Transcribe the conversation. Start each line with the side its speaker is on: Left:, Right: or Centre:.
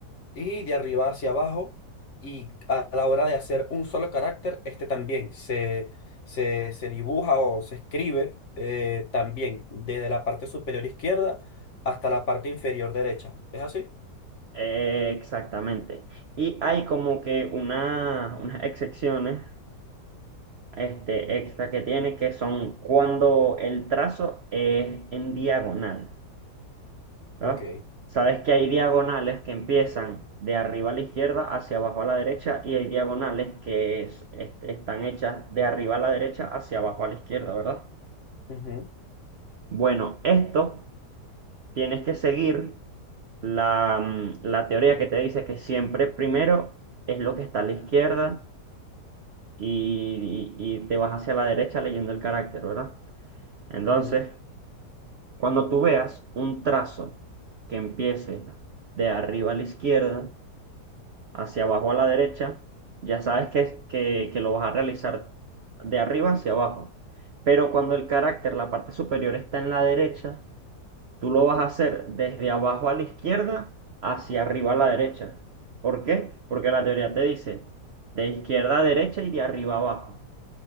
Left: y de arriba hacia abajo. Y a la hora de hacer un solo carácter, este también se, se, se dibuja o se escribe eh, también desde la parte superior izquierda hasta la parte inferior derecha. ¿Es así?
Right: Eh, Exactamente. Y hay como que una, unas excepciones este, extra que tiene que son cuando el trazo es en diagonal, ¿verdad?
Left: Ok.
Right: Sabes que hay diagonales que empiezan de arriba a la izquierda hacia abajo a la derecha y hay diagonales que es- est- están hechas de arriba a la derecha hacia abajo a la izquierda, ¿verdad?
Left: Ujú,
Right: Bueno, estos tienes que seguir la, mm, la teoría que te dice que siempre primero es lo que está a la izquierda y, y- y te vas hacia la derecha leyendo el carácter, ¿verdad? Entonces,
Left: ujú.
Right: cuando tú veas un trazo que empiece de arriba a la izquierda, hacia abajo a la derecha, ya sabes que, que, que lo vas a realizar de arriba hacia abajo. Pero cuando el carácter, la parte superior está en la derecha, Tú lo vas a hacer desde abajo a la izquierda hacia arriba a la derecha. ¿Por qué? Porque la teoría te dice de izquierda a derecha y de arriba a abajo.